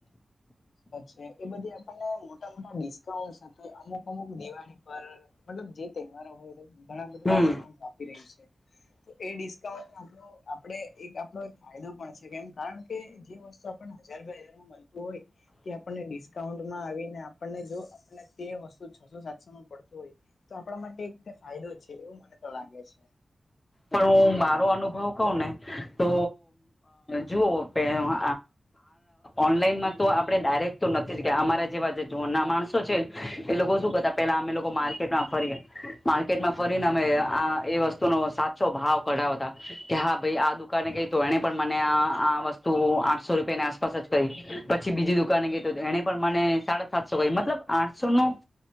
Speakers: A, on the left; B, on the left.
A: છે. એ બધી આપને મોટા મોટા અમુક અમુક દિવાળી પર મતલબ જે તહેવારો હોય ઘણા બધા
B: હમ
A: ડિસ્કાઉ- આપી રહી છે. તો એ ડિસ્કાઉન્ટ આપ આપણે એક આપડો એક ફાયદો પણ છે કેમ કારણ કે જે વસ્તુ પણ હજાર બે હજારું મળતું હોય <unintelligible> તે આપણને ડિસ્કાઉન્ટમાં આવીને આપણને જો આપણને તે વસ્તુ છસો સાતસોમાં પડતું હોય? તો આપણા માટે એક ફાયદો છે એવું મને તો લાગે છે.
B: પણ હું મારો અનુભવ કઉ ને તો જુઓ કે હ ઓનલાઈનમાં તો આપડણે ડાયરેક્ટ નથી જ કે અમારા જેવા જોન ના માણસો છે એ લોકો શું કરતા પેલા અમે લોકો માર્કેટમાં ફરીએ માર્કેટ માં ફરીને અમે આ એ વસ્તુ નો ો ભાવ કઢાવતા કે હા ભાઈ આ દુકાને ગઈ તો એને પણ મને આ વસ્તુ આઠસો રૂપિયાની આસપાસ જ કઈ પછી બીજી દુકાને ગઈ તો એને પણ મને સાડા સાતસો કઈ મતલબ આઠસો નું-